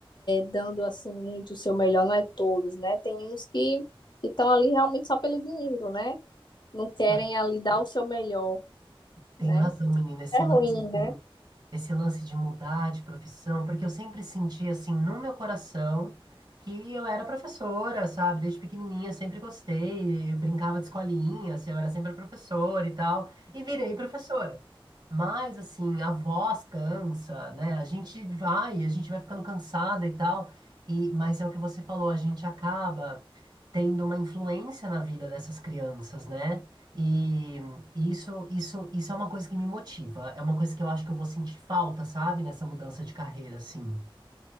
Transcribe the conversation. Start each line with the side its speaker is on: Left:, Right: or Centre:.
Left: dando assim muito o seu melhor, não é todos, né? Tem uns que estão ali realmente só pelo dinheiro, né? Não querem
Right: ah,
Left: ali dar o seu melhor,
Right: tem
Left: né?
Right: razão, menina. Esse
Left: É
Right: lance.
Left: ruim, né?
Right: esse lance de mudar de profissão, porque eu sempre senti assim no meu coração que eu era professora, sabe? Desde pequenininha sempre gostei, eu brincava de escolinha, assim, eu era sempre professora e tal, e virei professora. Mas assim, a voz cansa, né? A gente vai, a gente vai ficando cansada e tal. E mas é o que você falou, a gente acaba tendo uma influência na vida dessas crianças, né? E isso, isso, isso é uma coisa que me motiva. É uma coisa que eu acho que eu vou sentir falta, sabe? Nessa mudança de carreira, assim.